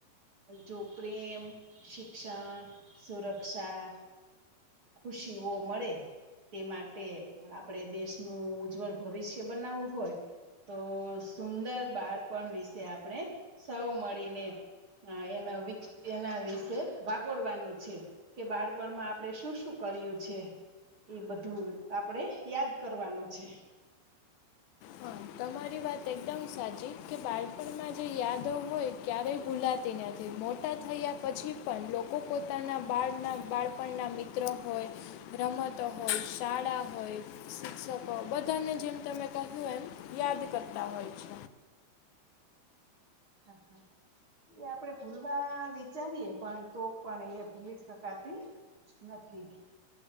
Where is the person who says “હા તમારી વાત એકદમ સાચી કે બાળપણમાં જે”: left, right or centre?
Left